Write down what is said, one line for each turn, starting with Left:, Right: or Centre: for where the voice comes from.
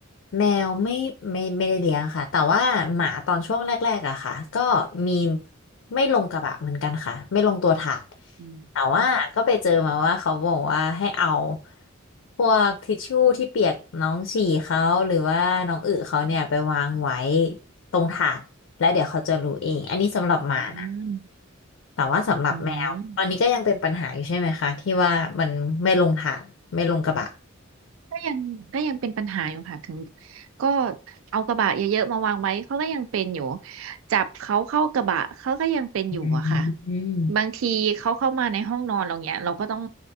Left: แมวไม่ไม่ไม่ได้เลี้ยงค่ะแต่ว่าหมาตอนช่วงแรกๆอะค่ะก็มีไม่ลงกระบะเหมือนกันค่ะไม่ลงตัวถาด
Right: อืม
Left: แต่ว่าก็ไปเจอมาว่าเขาบอกว่าให้เอาพวกทิชชู่ที่เปียกน้องฉี่เขาหรือว่าน้องอึเขาเนี่ยไปวางไว้ตรงถาดแล้วเดี๋ยวเขาจะรู้เองอันนี้สำหรับหมานะ
Right: อืม
Left: แต่ว่าสำหรับแมวตอนนี้ก็ยังเป็นปัญหาอยู่ใช่ไหมคะที่ว่ามันไม่ลงถาดไม่ลงกระบะ
Right: อืมก็ยังก็ยังเป็นปัญหาอยู่ค่ะถึงก็เอากระบะเยอะๆมาวางไว้เขาก็ยังเป็นอยู่จับเขาเข้ากระบะเขาก็ยังเป็นอยู่อะค่ะ
Left: อืม
Right: บางทีเขาเข้ามาในห้องนอนเราเนี้ยเราก็ต้อง